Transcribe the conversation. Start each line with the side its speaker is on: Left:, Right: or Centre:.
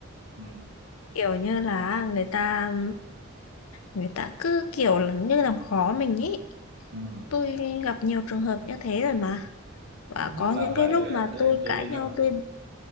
Right: ừ,
Left: kiểu như là người ta người ta cứ kiểu là như làm khó mình ý.
Right: ừ.
Left: Tôi gặp nhiều trường hợp như thế rồi mà. Và
Right: không biết
Left: có
Right: làm
Left: những
Right: vậy
Left: cái lúc
Right: để
Left: mà
Right: để
Left: tôi
Right: làm chi
Left: cãi nhau,
Right: ha
Left: tôi